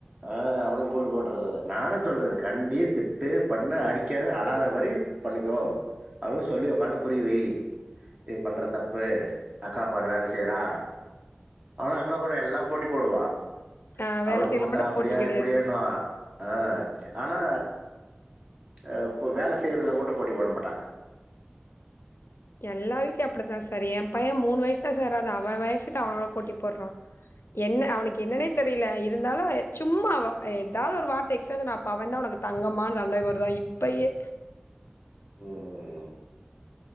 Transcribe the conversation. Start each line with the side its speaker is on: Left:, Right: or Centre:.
Right: ஆ மாரி குண்டு போட்டறது நானும் சொல்றது கண்டி திட்டு பண்ணு அடிக்காத அழாத மாரி பண்ணிக்கோ அவுளுக் சொல்லி உக்காந்து புரியவை நீ பண்ற தப்பு அக்கா பாரு வேல செய்றா அவலா அக்கா கூட எல்லாம் போட்டி போடுவா
Left: ஆ வேல
Right: அவளுக்கு
Left: செய்யல
Right: முட்ட
Left: மட்டு
Right: அப்டியா
Left: போட்டி கெடையாது
Right: இப்டியான்னுவா ஆ ஆனா ஆ இப்போ வேல செய்யறதுல மட்டும் போட்டி போட மாட்டா
Left: எல்லா வீட்லயும் அப்டி தான் சார் ஏன் பையன் மூணு வயசு தா சார் ஆவுது அவன் வயசுக்கு அவனோட போட்டி போடறா என்ன அவனுக்கு என்னன்னே தெரியில இருந்தாலும் சும்மா வ எதாவது ஒரு வார்த்தை எக்ஸ்ட்ரா சொன்னா அப்ப அவந்தான் ஒனக்கு தங்கமான் சண்டை போடறான் இப் பையே
Right: ம் ம்